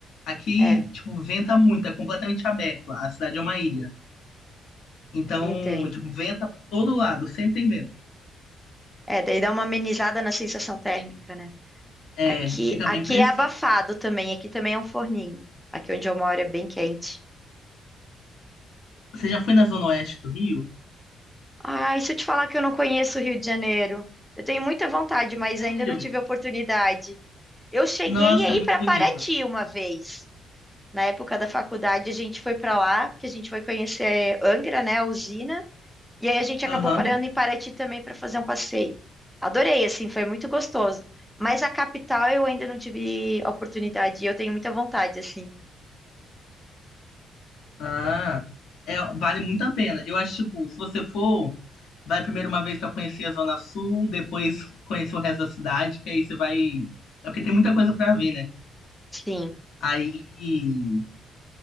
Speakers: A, on the left; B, in the centre.
A: Aqui,
B: É,
A: tipo, venta muito, é completamente aberto. A cidade é uma ilha. Então,
B: entendo.
A: tipo, venta pra todo lado, sempre tem vento.
B: É, daí dá uma amenizada na sensação térmica, né?
A: É,
B: Aqui,
A: fica
B: aqui
A: bem fresquinho.
B: é abafado também. Aqui também é um forninho. Aqui onde eu moro é bem quente.
A: Você já foi na zona oeste do Rio?
B: Ah, e se eu te falar que eu não conheço o Rio de Janeiro? Eu tenho muita vontade, mas
A: Sério?
B: ainda não tive oportunidade. Eu cheguei
A: Nossa,
B: aí
A: é muito
B: para
A: bonito.
B: Paraty uma vez. Na época da faculdade, a gente foi para lá, que a gente foi conhecer Angra, né, a usina. E aí a gente acabou
A: Aham.
B: parando em Paraty também para fazer um passeio. Adorei, assim, foi muito gostoso. Mas a capital eu ainda não tive oportunidade e eu tenho muita vontade, assim.
A: Ah, é, vale muito a pena. Eu acho, tipo, se você for, vai primeiro uma vez pra conhecer a zona sul, depois conhecer o resto da cidade, que aí você vai. É porque tem muita coisa pra ver, né?
B: Sim,
A: Aí,